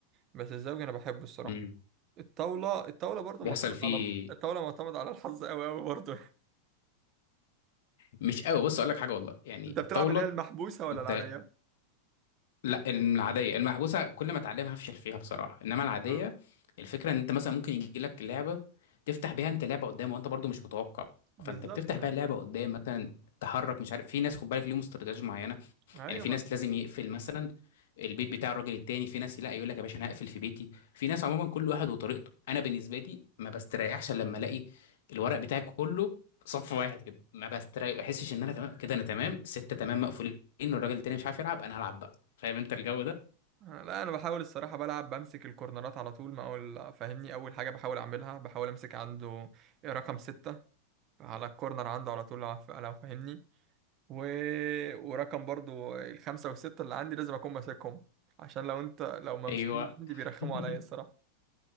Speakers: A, on the right (about 40°); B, on the left (about 70°).
A: بس الزوجي أنا بحبه الصراحة
B: مم.
A: الطاولة الطاولة برضه
B: بيحصل
A: معتمد
B: فيه
A: على الح- الطاولة معتمد على الحظ أوي أوي برضه
B: مش قوي بص اقول لك حاجه والله
A: <laughs>
B: يعني
A: أنت بتلعب
B: الطاوله
A: اللي هي المحبوسة ولا
B: انت
A: العادية؟
B: لا العاديه المحبوسه كل ما اتعلمها هفشل فيها بصراحه انما العاديه
A: آه.
B: الفكره ان انت مثلا ممكن يجي لك لعبه تفتح بيها انت لعبه قدام وانت برضو مش متوقع
A: بالظبط
B: فانت بتفتح
A: أيوة
B: بيها اللعبه قدام مثلا تحرك مش عارف في ناس خد بالك ليهم استراتيجيه معينه
A: أيوة
B: يعني في
A: من.
B: ناس لازم يقفل مثلا البيت بتاع الراجل التاني في ناس لا يقول لك يا باشا انا هقفل في بيتي في ناس عموما كل واحد وطريقته انا بالنسبه لي ما بستريحش إلا لما الاقي الورق بتاعي كله صف واحد كده ما بستريح ما بحسش ان انا تمام كده انا تمام سته تمام مقفولين والراجل التاني مش عارف يلعب انا هلعب بقى فاهم انت الجو ده
A: لا أنا بحاول الصراحة بلعب بمسك الكورنرات على طول ما أقول فاهمني أول حاجة بحاول أعملها بحاول أمسك عنده رقم ستة على الكورنر عنده على طول لو لو فاهمني و... ورقم برضو الخمسة والستة اللي عندي لازم أكون ماسكهم عشان لو أنت لو ممسوكين
B: ايوه
A: عندي
B: <laughs>
A: بيرخموا عليا الصراحة